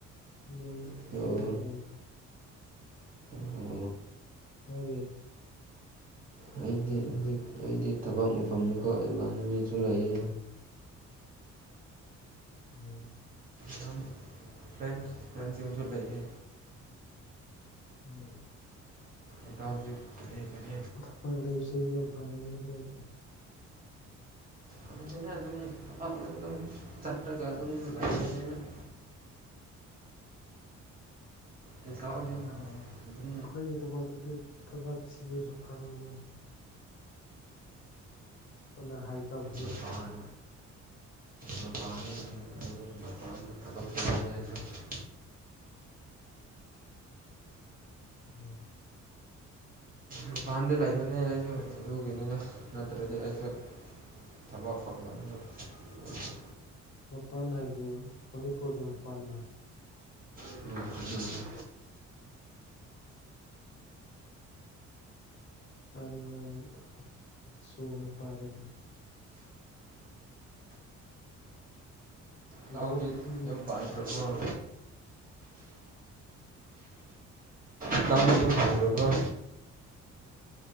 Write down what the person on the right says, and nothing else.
<inaudible>
ꯑꯣ ꯑꯩꯗꯤ ꯍꯧꯖꯤꯛ ꯑꯩꯗꯤ ꯊꯕꯛ ꯃꯨꯐꯝꯗꯨ ꯀꯣ <unintelligible> ꯂꯩꯌꯦ
ꯌꯥꯝ ꯐ꯭ꯔꯦꯟ ꯐ꯭ꯔꯦꯟꯁꯤꯡꯁꯨ ꯂꯩꯌꯦ
ꯏꯇꯥꯎꯗꯤ ꯀꯔꯤ ꯀꯔꯤ
ꯑꯗꯨꯗ ꯑꯗꯨꯝ ꯃꯐꯝ ꯑꯃꯗ ꯑꯗꯨꯝ ꯆꯠꯇ꯭ꯔꯒ ꯑꯗꯨꯝ <unintelligible> ꯍꯧꯖꯤꯛꯀꯥꯟꯗꯤ
ꯑꯗꯨꯝ
ꯃꯄꯥꯟ ꯃꯄꯥꯟ <unintelligible> ꯃꯄꯥꯟꯗ ꯊꯕꯛ ꯇꯧꯕꯅ‌ꯦ ꯍꯥꯏꯁꯤꯔ
ꯃꯄꯥꯟꯗ ꯂꯩꯕꯅꯤꯅ ꯑꯩꯁꯨ ꯑꯗꯨꯒꯤꯅꯤꯅ ꯅꯠꯇ꯭ꯔꯗꯤ ꯑꯩꯁꯨ ꯊꯕꯛ ꯐꯪꯅ <unintelligible>
<unintelligible>
ꯇꯥꯎꯗꯤ ꯌꯨꯝ ꯄꯥꯟꯈ꯭ꯔꯕ‌ꯣ
ꯏꯇꯥꯎꯗꯤ ꯌꯖꯝ ꯄꯥꯟꯈ꯭ꯔꯕ‌ꯣ